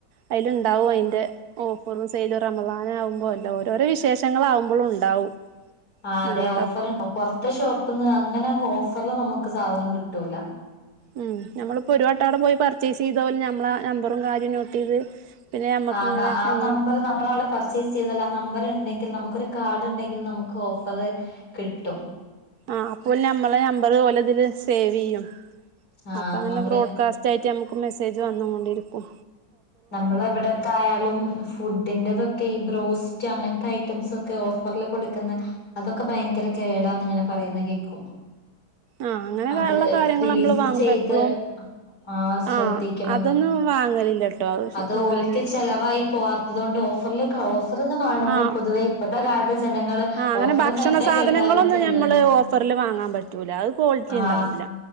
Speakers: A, on the right; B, on the left.
A: അയിലുണ്ടാവും അയിന്റെ ഓ കുറു സൈലും റമളാൻ ആകുമ്പോ അല്ല ഓരോരോ വിശേഷങ്ങളൾ ആകുമ്പോഴും ഉണ്ടാവും
B: ആ അതെ
A: ഞമ്മക്കപ്പൊ
B: ഓഫർണ്ടോ പൊറത്തെ ഷോപ്പ് - അപ്പ അങ്ങനെ ഓഫറിൽ നമുക്ക് സാധനം കിട്ടൂല.
A: ഉം നമ്മളിപ്പോ ഒരു വട്ട അവടെപോയി പർച്ചേസ് ചെയ്ത പോലെ നമ്മളെ ആ നമ്പറും കാര്യവും നോട്ട് ചെയ്ത് പിന്നെ നമ്മക്ക്
B: ആ
A: ഇങ്ങനെ
B: ആ
A: എന്നും
B: നമ്പർ നമ്മൾ അവിടെ പർച്ചേസ് ചെയ്തല്ലോ ആ നമ്പർ ഇണ്ടെങ്ക കിൽ നമുക്കരു കാർഡ് ഉണ്ടെങ്കിൽ നമുക്ക് ഓഫറ് കിട്ടും.
A: ആഹ അപ്പൊ നമ്മളെ നമ്പറ് ഒലെ ഇതില് സേവ് ചെയ്യും
B: ആഹ്
A: അപ്പ അങ്ങനെ
B: നമ്മുടെ
A: ബ്രോഡ്കാസ്റ്റ് ആയിട്ട് നമുക്ക് മെസ്സേജ് വന്നൊണ്ടിരിക്കും.
B: നമ്മൾ എവിടെൊക്കെ ആയാലും ഫുഡിന്റെ തൊ ഈ ബ്രോസ്റ്റ് അങ്ങനത്തെ ഐറ്റംസ് ഒക്കെ ഓഫറിൽ കൊടുക്കുന്നത് അതൊക്കെ ഭയങ്കര കേടാണ് ഇങ്ങനെ പറ പറയുന്ന കേക്ക
A: ആഹ് അങ്ങനെയുള്ള
B: അ
A: കാര്യങ്ങൾ
B: ഫ്രീസ്
A: നമ്മള്
B: സ
A: വാങ്ങുമ്പോ
B: ചെയ്ത്
A: എപ്പളും
B: <unintelligible> ആഹ ശ്രദ്ധിക്കണന്ന്
A: ആഹ് അതൊന്നും വാങ്ങലില്ലട്ടോ
B: അത്
A: എന്താണ്
B: ഓൽക് ചെലവായി പോവാത്തത് കൊണ്ട് ഓഫറിലേ ഓഫർന്ന് കാണുമ്പോൾ
A: ആഹ്
B: പൊതുവേ ഇപ്പഴത്തെ കാലത്ത്. ജനങ്ങൾ
A: ആഹ് അങ്ങനെ
B: ഓഫർന്ന്
A: ഭക്ഷണ
B: എവിടെ
A: സാധനങ്ങളൊന്നും
B: കേട്ടാലും ചെല്ലല്ലോ
A: നമ്മള് ഓഫറിൽ വാങ്ങാൻ പറ്റൂല അത് ക്വാളിറ്റി
B: ആഹ.
A: ഉണ്ടാവൂല